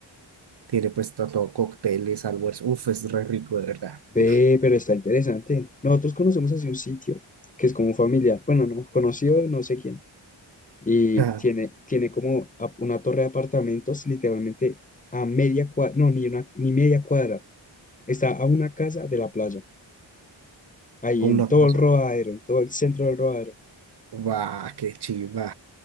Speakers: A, on the right; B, on the left.
A: tiene pues todo, cócteles, almuerzo. Uf, es re rico, de verdad.
B: Ve,
A: Uf,
B: pero está interesante. Nosotros conocemos así un sitio que es como familiar. Bueno, no, conocido, de no sé quién. Y
A: ah,
B: tiene, tiene como a- una torre de apartamentos literalmente a media cuadra, no, ni una, ni media cuadra. Está a una casa de la playa, ahí
A: una
B: en todo
A: cosa.
B: el Rodadero, en todo el centro del Rodadero.
A: Guau, qué chiva.